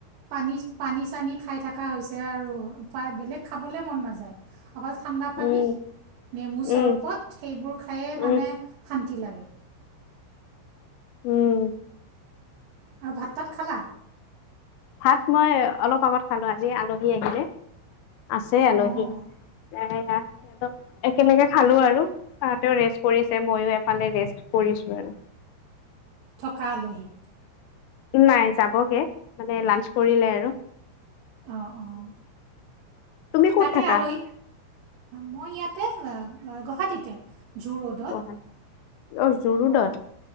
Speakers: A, on the right (about 85°); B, on the left (about 80°).
A: পানী পানী চানী খাই থকা হৈছে আৰু বেলেগ খাবলে মন নাযায়। অকল ঠাণ্ডা পানী
B: উম
A: নেমু চৰবত
B: উম
A: সেইবোৰ খায়েইে
B: উম।
A: মানে শান্তি লাগে।
B: উম
A: আৰু ভাত তাত খালা?
B: ভাত মই অলপ আগত খালো আজি আলহী আহিলে। আছে আলহী
A: অঁ
B: সিহঁতক একেলগে খালো আৰু। ৰেষ্ট কৰিছে ময়ো এফালে ৰেষ্ট কৰিছো আৰু।
A: কালহি
B: নাই যাবগে মানে লাঞ্চ কৰিলে আৰু
A: অঁ অঁ
B: তুমি ক'ত
A: তাকে
B: থাকা
A: আলহী মই ইয়াতে গুৱাহাটীতে জু ৰোডত
B: গুৱাহাটী অ জুৰুডত
A: অঁ